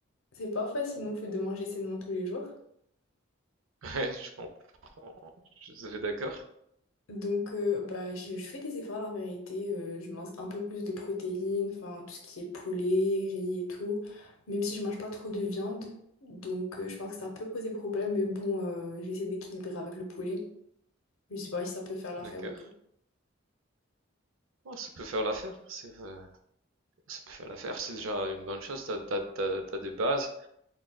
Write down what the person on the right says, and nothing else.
<laughs> Ouais, je comprends. Je suis d'accord.
D'accord.
Oh, ça peut faire l'affaire. C'est, euh, ça peut faire l'affaire. C'est déjà une bonne chose. T'as, t'as, t'as, t'as des bases.